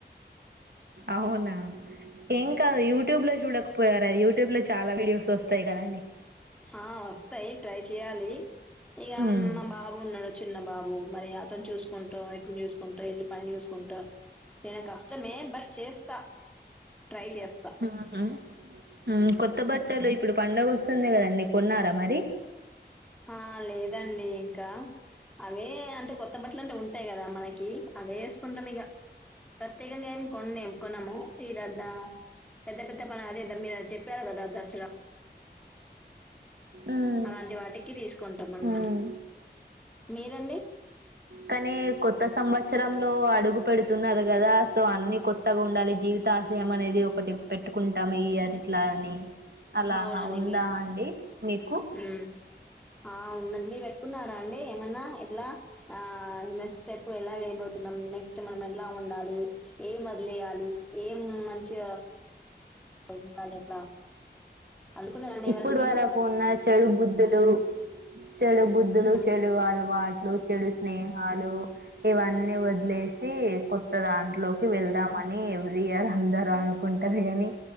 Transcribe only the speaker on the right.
అవునా ఏం కాదు యూ యట్యూబ్ లో చూడకపోయారు యూట్యూబ్ లో చాలా వీడియోస్ వస్తాయి కదండి
ఉమ్,
ఉహు. ఉమ్, కొత్త బట్టలు ఇప్పుడు పడుగ వస్తుంది కదండి కొన్నారా మరి
ఉమ్,
ఉమ్.
కానీ కొత్త సంవత్సరంలో అడుగు పెడుతున్నారు కదా సో అన్ని కొత్తగా ఉండాలి జీవితా ఆశయం అనేది ఒకటి పెట్టుకుంటాం ఈ ఇయర్ ఇట్లా అని అలా
ఉందా
అండి మీకు
ఇప్పుడు
వరకు ఉన్న చెడు బుద్ధులు చెడు బుద్ధులు
చెడు అలవాటు చెడు స్నేహాలు ఇవన్నీ వదిలేసి కొత్త దాంట్లోకి వెళ్దామని ఎవ్రీ ఇయర్ అందరుూ అనుకుంటారు కానీ